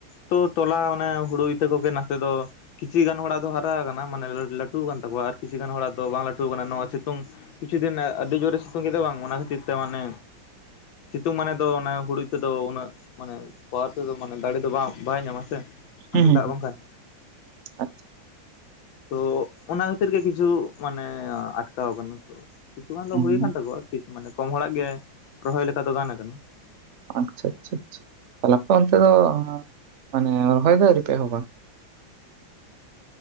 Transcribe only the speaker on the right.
ᱦᱩᱸ ᱦᱩᱸ
ᱦᱩᱸ, ᱟᱪᱪᱷᱟ
ᱦᱩᱸ,
ᱟᱪᱪᱷᱟ ᱟᱪᱪᱷᱟ ᱪᱷᱟ ᱛᱟᱞᱮ ᱟᱯᱮ ᱚᱱᱛᱮ ᱫᱚ ᱢᱟᱱᱮ ᱨᱚᱦᱚᱭ ᱫᱚ ᱟᱣᱨᱤᱯᱮ ᱮᱦᱚᱵᱟ